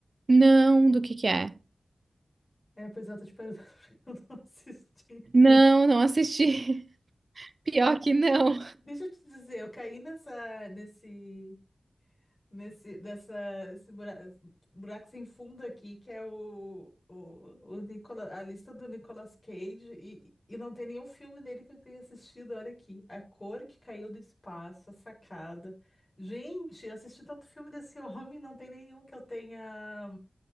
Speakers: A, on the right; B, on the left.
A: Não, do que que é?
B: É, pois é, eu tô te perguntando <laughs> porque eu não assisti.
A: Não, não assisti. <laughs> Pior que não.
B: Deixa eu te dizer, eu caí nessa, nesse, nesse dessa esse buraco, buraco sem fundo aqui que é o o, o Nicola- a lista do Nicolas Cage e, e não tem nenhum filme dele que eu tenha assistido. Olha aqui, A Cor que Caiu do Espaço, A Sacada. Gente, eu assisti tanto filme desse <laughs> homem, não tem nenhum que eu tenha.